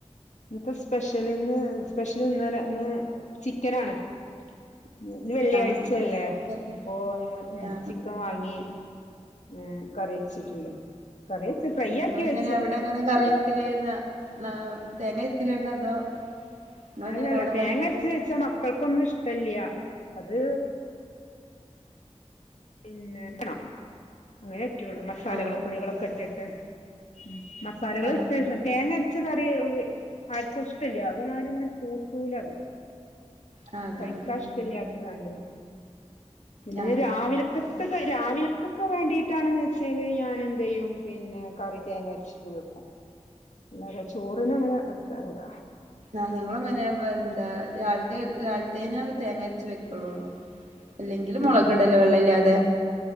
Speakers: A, on the left; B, on the right.
A: ഇന്നത്തെ സ്പെഷ്യല് ഇന്ന് സ്പെഷ്യല് ഇന്നലെ ന്ന് ചിക്കനാണ്. ന്ന് ന്ന് വെള്ളിയാഴ്ചല്ലേ
B: ആ ചിക്കൻ
A: അപ്പൊ ങ്ങള് ഉം
B: ആ
A: ചിക്കംവാങ്ങി. ഉം കറിവെച്ചിട്ടുണ്ട് കറി ഫ്രൈ
B: മ്
A: ആക്കി
B: ങ്ങളെങ്ങനെ
A: വെച്ച്
B: അവിടെങ്ങനെ കറിവെക്കല് ന്ന ന്നാ തേങ്ങര്ച്ങ്ങാണ്ട് അതോ. നിങ്ങളെങ്ങനെ
A: അല്ലല്ല
B: അവിടെ
A: തേങ്ങര്ച്ച്
B: കറി വെക്കല്
A: വെച്ചാ മക്കൾക്കൊന്നും ഇഷ്ടല്ലൃ അത് പിന്നെ ക്കണൊ അങ്ങനറ്റുള്ളൂ മസാലകള്
B: ആ
A: പൊടികളൊക്കെട്ടിട്ട്. ഉം മസാലകള്ട്ട്
B: ആ
A: <unintelligible> തേങ്ങ അര്ച്ചകറി വി ആര്ക്കു ഇഷ്ടല്ലൃ അപനാരുങ്ങനെ കൂട്ടൂലത്.
B: ആ അതാണ്
A: കയിക്കാഷ്ടല്ലാത്തതാണ്ട്
B: ഉം
A: പിന്നെ
B: ആ
A: രാവിലെ. കത്തക് രാവിലെക്കെക്ക് വേണ്ടീട്ടാണെന്ന്ച്ചാല് ഞാനെന്തെയും പിന്നെ കറി തേങ്ങര് ച്വെക്കും അല്ലാതെ ചോറിനങ്ങനെ വെക്കാറൂല്ല.
B: ആഹ് ഞങ്ങളു അങ്ങനെ വെന്താ രാവിൽത്തെ രാവിൽത്തേന് തേങ്ങര്ച്ച് വെക്കുള്ളൂ. അല്ലെങ്കിലും മൊളകിടല
A: ഉം
B: വെള്ളല്ലാതെ.